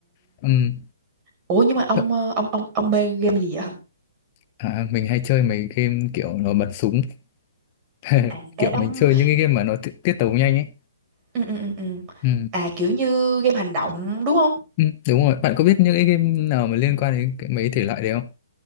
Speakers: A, on the left; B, on the right.
A: Ừm.
B: Ủa nhưng mà ông
A: Chợ-
B: ờ, ông ông ông mê game gì vậy?
A: à, mình hay chơi mấy game kiểu nó bắn súng <laughs>
B: à
A: kiểu
B: Ê ông
A: mình chơi những cái game mà nó ti- tiết tấu nhanh ấy
B: ừ, ừ, ừ. ừ.
A: ừ.
B: À kiểu như game hành động đúng không?
A: Ừ, đúng rồi bạn có biết những cái game nào mà liên quan đến cái- mấy thể loại đấy không